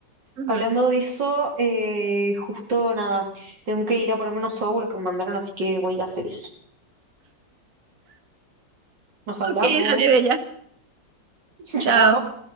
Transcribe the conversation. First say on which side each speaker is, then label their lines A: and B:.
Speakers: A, on the right; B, on the right.
A: Ujú.
B: Hablando de eso, eh, justo nada, tengo que ir a ponerme unos óvulos que me mandaron, así que voy a ir a hacer eso. Nos hablamos.
A: Ok, dale, bella.
B: <laughs> Chao.
A: Chao.